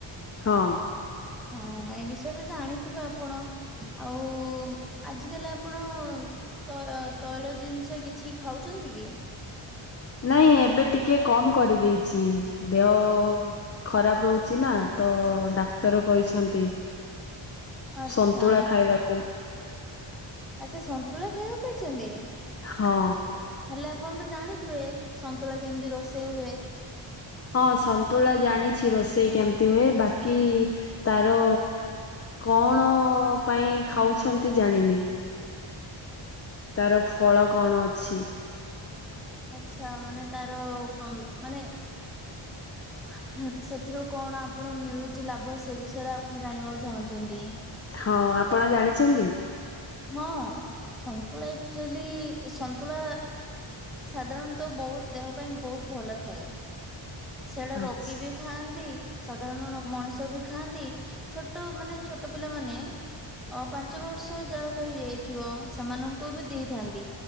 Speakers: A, on the left; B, in the centre.
A: ହଁ।
B: ହଁ ଏ ବିଷୟରେ ତ ଜାଣିଥିବେ ଆପଣ ଆଉ ଆଜିିକାଲି ଆପଣ ତ ତୈଳ ଜିନିଷ କିଛି ଖାଉଛନ୍ତି କି?
A: ନାଇଁ ଏବେ ଟିକେ କମ କରିଦେଇଛି ଦେହ ଖରାପ ରହୁଛି ନା ତ ଡାକ୍ତର କହିଛନ୍ତି।
B: ଆଚ୍ଛା
A: ସନ୍ତୁଳା ଖାଇବାକୁ
B: ଆଚ୍ଛା ସନ୍ତୁଳା ଖାଇବାକୁ କହିଛନ୍ତି।
A: ହଁ।
B: ହେଲେ ଆପଣ ତ ଜାଣିଥିବେ ସନ୍ତୁଳା କେମିତି ରୋଷେଇ ହୁଏ।
A: ହଁ ସନ୍ତୁଳା ଜାଣିଛି ରୋଷେଇ କେମିତି ହୁଏ ବାକି ତାର କଣ ପାଇଁ ଖାଉଛନ୍ତି ଜାଣିନି? ତାର ଫଳ କଣ ଅଛି?
B: ଆଛା ମାନେ ତାର କଣ ମାନେ ହେଥ ସେଥିରୁ କଣ ଆପଣଙ୍କୁ ମିଳୁଛି ଲାଭ ସେ ବିଷୟରେ ଆପଣ ଜାଣିବାକୁ ଚାହୁଁଛନ୍ତି?
A: ହଁ ଆପଣ ଜାଣିଛନ୍ତି?
B: ହଁ ସନ୍ତୁଳା ଆକ୍ଚୁଆଲି ସନ୍ତୁଳା ସାଧାରଣତଃ ବହୁତ ଦେହ ପାଇଁ ବହୁତ ଭଲ ଥାଏ। ସେଇଟା
A: ଆଚ୍ଛା
B: ରୋଗୀ ବି ଖାଆନ୍ତି। ସାଧାରଣ ନ ମଣିଷ ବି ଖାଆନ୍ତି। ଛୋଟ ମାନେ ଛୋଟ ପିଲାମାନେ ଅ ପାଞ୍ଚ ବର୍ଷ ଯାହାକୁ ହେଇଯାଇଥିବ ସେମାନଙ୍କୁ ବି ଦେଇଥାନ୍ତି।